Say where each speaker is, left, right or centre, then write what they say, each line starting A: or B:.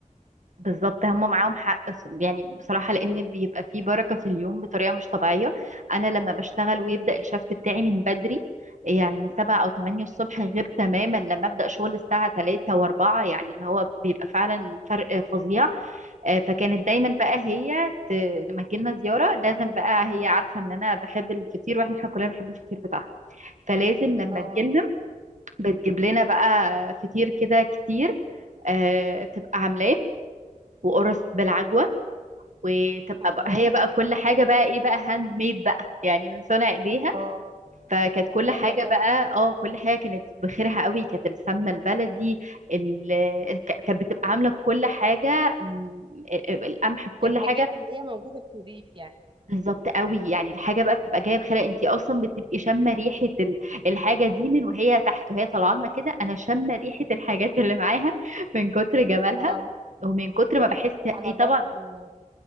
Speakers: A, on the right; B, on the right.
A: بالظبط هم معاهم حق س- يعني بصراحة لأن بيبقى فيه بركة في اليوم بطريقة مش طبيعية أنا لما بشتغل ويبدأ الشفت بتاعي من بدري يعني من سبعة أو تمانية الصبح غير تماما لما أبدأ شغل الساعة تلاتة وأربعة يعني اللي هو بيبقى فعلا فرق فظيع آه، فكانت دايما بقى هي ت... لما تجيلنا زيارة لازم بقى هي عارفة إن أنا بحب الفطير وإحنا كلنا بنحب الفطير بتاعها فلازم لما
B: اه
A: تجيلنا بتجيب لنا بقى فطير كده كتير آه، بتبقى عاملاه وقرص بالعجوة وتبقى
B: الله
A: بقى هي بقى كل حاجة بقى ايه بقى هاند ميد بقى يعني من صنع ايديها
B: اه
A: فكانت كل
B: ايوه
A: حاجة
B: طبعا
A: بقى اه كل حاجة كانت بخيرها قوي كانت السمنة البلدي ال- ك- كانت بتبقى عاملة كل حاجة م- القمح بكل
B: الحاجات
A: حاجة
B: اللي هي موجوده في الريف يعني
A: بالظبط قوي يعني الحاجة بقى بتبقى جاية بخيرها انت اصلا بتبقي شامة ريحة ال- الحاجة دي من وهي تحت وهي طالعة لنا كده انا شامة ريحة الحاجات اللي معاها من كتر جمالها
B: اه
A: ومن كتر ما بحس
B: انا
A: اي
B: برضو
A: طبعا